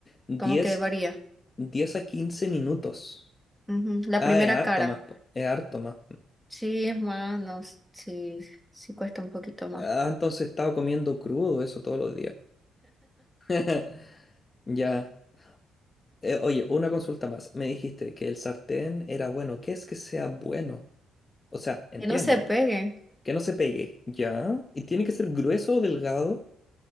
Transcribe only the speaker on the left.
Diez,
diez a quince minutos.
Ah,
es harto
más, po, es harto más.
Ah, entonces estaba comiendo crudo eso todos los días. <laughs> Ya. Eh, oye, una consulta más. Me dijiste que el sartén era bueno. ¿Qué es que sea bueno? O sea, entiendo.
Que no se pegue. ¿Ya? ¿Y tiene que ser grueso o delgado?